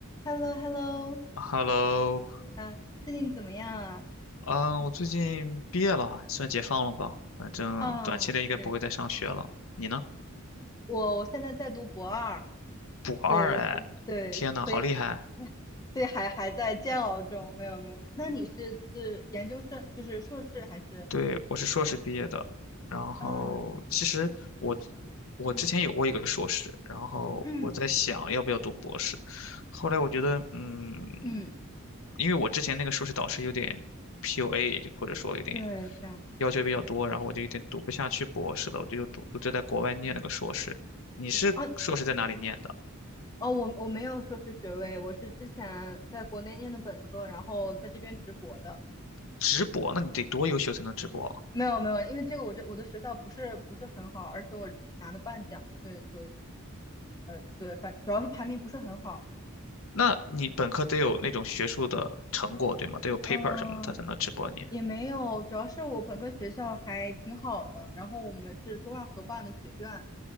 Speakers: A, on the left; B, on the left.
A: h e l l o h e l l o
B: Hello，
A: 啊，最近怎么样啊？
B: 嗯，我最近毕业了，算解放了吧？反正短期内应该不会再上学了。
A: 啊，对，
B: 你呢？
A: 我我现在在读博二，
B: 补二哎，
A: 对，所对，
B: 天呐，
A: 所以
B: 好厉害！
A: <laughs> 所以还还在煎熬中，没有没有。那你是是研究生，就是硕士还是
B: 对，我是硕士毕业的，然后其实我
A: 啊？
B: 我之前有过一个硕士，
A: 嗯
B: 然后我在想要不要读博士，
A: 嗯
B: 后来我觉得，嗯，
A: 嗯，
B: 因为我之前那个硕士导师有点 PUA，也就或者说有点
A: 对，这样
B: 要求比较多，然后我就有点读不下去博士了，我就又读，我就在国外念了个硕士。你是硕士在哪里念的？
A: 对啊，嗯哦，我我没有硕士学位，我是之前在国内念的本科，然后在这边直博的。
B: 直博，那你得多优秀才能直博啊
A: 没有没有，因为这个我这我的学校不是不是很好，而且我拿的半奖，所以就呃，对，反主要是排名不是很好，
B: 那你本科得有那种学术的成果，对吗？得有 paper
A: 嗯，
B: 什么的，他才能直博你，
A: 也没有，主要是我本科学校还挺好的，然后我们是中外合办的学院，